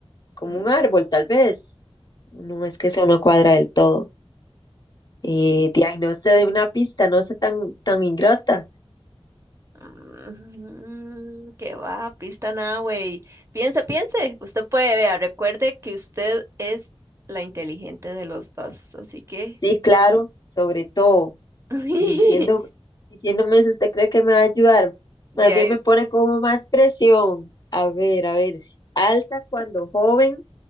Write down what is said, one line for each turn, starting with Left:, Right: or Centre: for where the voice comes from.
Left: Como
Right: Mm.
Left: un árbol, tal vez. No es que eso no cuadra del todo. Eh, de ahí no se dé una pista, no sea tan, tan ingrata.
Right: Mm, qué va, pista nada, güey. Piense, piense. Usted puede, vea, recuerde que usted es la inteligente de los dos, así que
Left: Sí, claro, sobre todo.
Right: <laughs> de
Left: diciendo, diciéndome si usted cree que me va a ayudar. Más bien
Right: ahí.
Left: me pone como más presión. A ver, a ver. Alta cuando
Right: tac.
Left: joven,